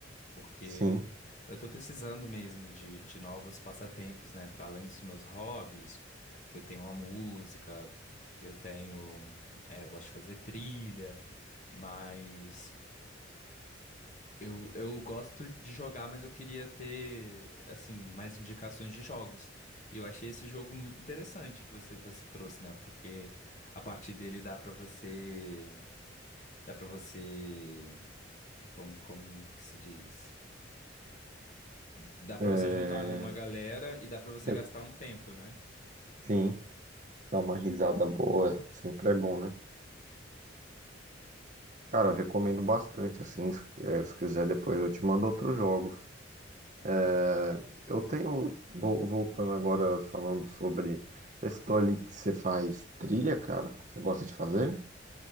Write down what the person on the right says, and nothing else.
sim.
É,
é
Sim, dar uma risada boa sempre é bom, né? Cara, eu recomendo bastante, assim, se, eh, se quiser depois eu te mando outros jogos. É, Eu tenho, vol- voltando agora, falando sobre, você citou ali que você faz trilha, cara? Você gosta de fazer?